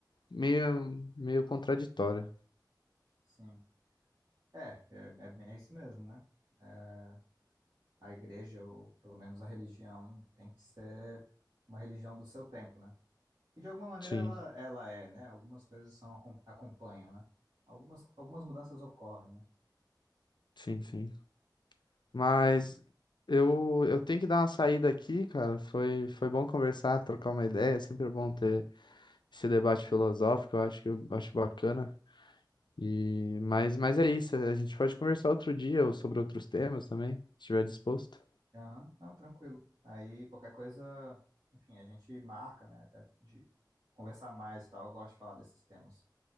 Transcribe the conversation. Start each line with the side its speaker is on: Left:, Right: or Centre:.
Left: meio, meio contraditório.
Right: sim. É, é, é bem- é isso mesmo, né? É, a igreja, ou pelo menos a religião, tem que ser uma religião do seu tempo, né? E de alguma maneira
Left: Sim,
Right: ela, ela é, né? Algumas coisas são, acom- acompanham, né? Algumas, algumas mudanças ocorrem, né?
Left: sim, sim. Mas eu, eu tenho que dar uma saída aqui, cara. Foi, foi bom conversar, trocar uma ideia. É sempre bom ter esse debate filosófico, eu acho que eu acho bacana. E mas, mas é isso, a gente pode conversar outro dia ou sobre outros temas também, se estiver disposto.
Right: Aham, Não, tranquilo. Aí qualquer coisa, enfim, a gente marca, né? Até de conversar mais e tal. Eu gosto de falar desses temas.